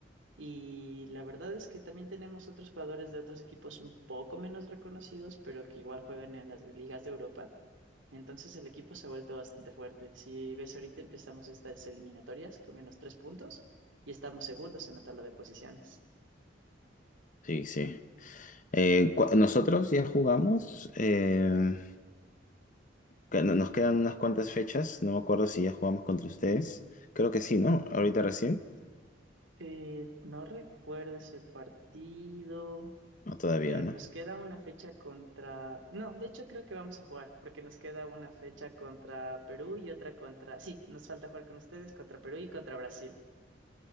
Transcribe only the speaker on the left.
Sí, sí. sí. Eh, cu- nosotros ya jugamos. eh, Que no- Nos quedan unas cuantas fechas, no me acuerdo si ya jugamos contra ustedes. Creo que sí, ¿no? Ahorita recién.
O todavía,
¿no?